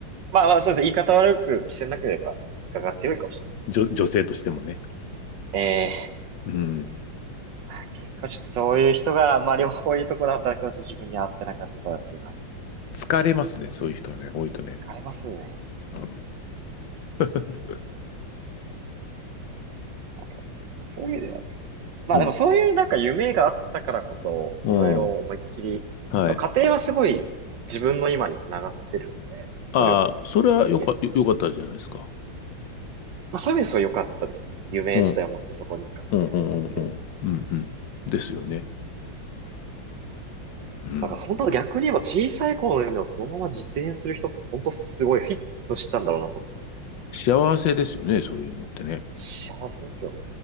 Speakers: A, on the right (about 65°); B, on the left (about 70°).
A: まあまあ、そうですね。言い方悪く着せなければ、我が強いかもしれない
B: 女、女性としてもね。
A: ええ
B: うん。
A: まあ、結構ちょっとそういう人が、まあ両方いいところで働くのと自分に合ってなかったっていうのはあります、
B: 疲れますね、そういう人はね、多いとね。
A: 疲れますね。
B: うん。<laughs>
A: なんか、そういう意味ではね。まあでもそういうなんか夢があったからこそ、
B: うん。うん
A: いろいろ思いっきり、
B: はい。
A: 家庭はすごい自分の今につながってるので、
B: ああ、
A: 努力の経験とか。
B: それはよか、よ、よかったじゃないですか。
A: まあそういう意味ですごい良かったですね。夢自体を持ってそこに向かってやれたっていう。
B: うん。うんうんうんうん。うんうん。ですよね。うん。
A: だから本当逆に言えば小さい頃の夢をそのまま実現する人って本当すごいフィットしたんだろうなと思うんですね。最初から。
B: 幸せですよね、そういうのってね。
A: 幸せですよね。